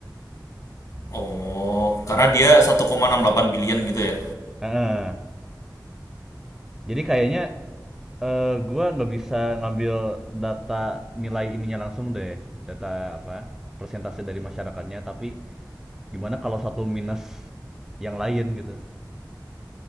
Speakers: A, on the left; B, in the centre.
A: Oh,
B: Ah,
A: karena
B: itu.
A: dia 1,68 billion gitu ya.
B: Ah, ah. jadi kayaknya eh gua nggak bisa ngambil data nilai ininya langsung deh data apa persentase dari masyarakatnya tapi gimana kalau satu minus yang lain gitu